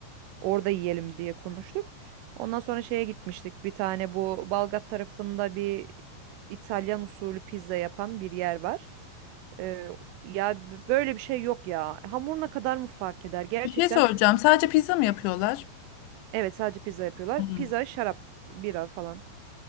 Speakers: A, on the right (about 85°); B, on the left (about 75°).
A: Orada yiyelim diye konuştuk. Ondan sonra şeye gitmiştik. Bir tane bu Balgat tarafında bir İtalyan usulü pizza yapan bir yer var. Ee, ya b- böyle bir şey yok ya. Hamuruna kadar mı fark eder? Gerçekten
B: Bir şey soracağım. Sadece pizza mı yapıyorlar?
A: evet sadece pizza yapıyorlar.
B: Hı.
A: Pizza, şarap, bira falan.